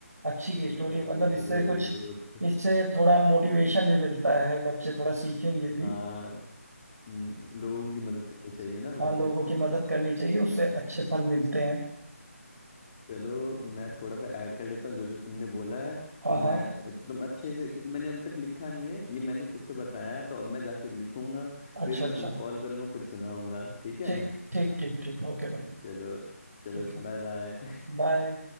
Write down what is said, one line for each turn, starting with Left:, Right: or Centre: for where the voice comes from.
Right: अच्छी की
Left: अरे
Right: स्टोरी मतलब इससे
Left: जरूर
Right: कुछ
Left: जरूर
Right: इससे थोड़ा मोटिवेशन भी मिलता है बच्चे थोड़ा सीखेंगे
Left: <laughs>
Right: भी
Left: हाँ हम्म, लोगों की मदद करनी चाहिए ना वैसे
Right: हाँ लोगों की मदद
Left: <laughs>
Right: करनी चाहिए उससे अच्छे फल मिलते हैं
Left: चलो मैं थोड़ा सा ऐड कर लेता हूँ जो जो तुमने बोला है
Right: हाँ
Left: तो मैं
Right: हाँ
Left: एकदम अच्छे से क्योंकि मैंने अभी तक लिखा नहीं है ये मैंने खुद से बताया है तो अब मैं जाके लिखूंगा
Right: अच्छा
Left: फिर मैं
Right: अच्छा
Left: तुम्हें कॉल करूंगा फिर सुनाऊंगा ठीक है
Right: ठीक
Left: <laughs>
Right: ठीक ठीक ठीक ओके भाई
Left: चलो चलो
Right: ठीक है
Left: बाय बाय
Right: बाय